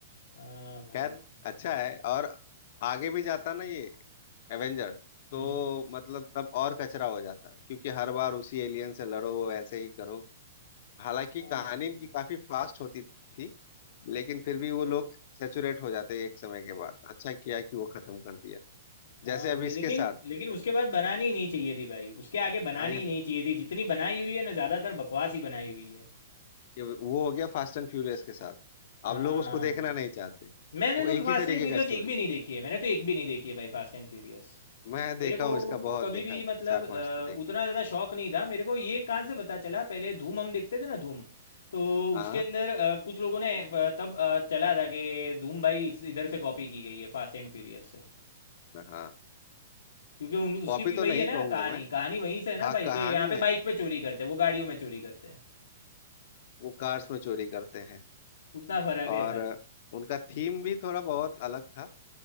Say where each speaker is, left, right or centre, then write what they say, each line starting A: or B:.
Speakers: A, on the left (about 85°); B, on the left (about 50°).
A: हाँ भाई
B: खैर अच्छा है और आगे भी जाता ना ये एवेंजर तो
A: हम्म
B: मतलब तब और कचरा हो जाता क्योंकि हर बार उसी एलियन से लड़ो ऐसे ही करो हालांकि
A: हाँ
B: कहानी
A: भाई
B: इनकी काफी फास्ट होती थी लेकिन फिर भी वो लोग सेचुरेट हो जाते एक समय के बाद अच्छा किया कि वो खत्म कर दिया जैसे
A: हाँ
B: अभी
A: भाई
B: इसके
A: लेकिन
B: साथ
A: लेकिन उसके बाद बनानी नहीं चाहिए थी भाई उसके आगे बनानी
B: हाँ ये
A: ही नहीं चाहिए थी जितनी बनाई हुई है ना ज़्यादातर बकवास ही बनाई हुई है
B: ये वो हो गया फास्ट एंड फ्यूरियस के साथ
A: हाँ
B: अब लोग उसको देखना नहीं चाहते
A: मैंने
B: वो
A: तो
B: एक
A: फास्ट
B: ही तरीके
A: एंड फ्यूरियस
B: का स्टोरी
A: एक भी नहीं देखी है मैंने तो एक भी नहीं देखी है भाई फास्ट एंड फ्यूरियस
B: मैं देखा
A: मेरे को
B: हूँ इसका बहुत
A: कभी
B: देखा
A: भी मतलब
B: चार
A: अ,
B: पांच तो देख
A: उतना
B: लिया
A: ज़्यादा शौक नहीं था मेरे को ये कहाँ से पता चला पहले धूम हम देखते थे ना धूम तो
B: हाँ
A: उसके अंदर अ, कुछ लोगों ने अ, तब अ, चला था कि धूम भाई इस- इधर से कॉपी की गई है फास्ट एंड फ्यूरियस से
B: हाँ
A: क्योंकि उन, उसकी
B: कॉपी
A: भी
B: तो
A: वही
B: नहीं
A: है ना
B: कहूंगा
A: कहानी
B: मैं
A: कहानी वहीं से है ना
B: हाँ
A: भाई
B: कहानी
A: के यहाँ पे
B: है
A: बाइक पे चोरी करते हैं वो गाड़ियों में चोरी करते हैं
B: वो कार्स में चोरी करते हैं
A: उतना फर्क
B: और
A: है खाली
B: उनका थीम भी थोड़ा बहुत अलग था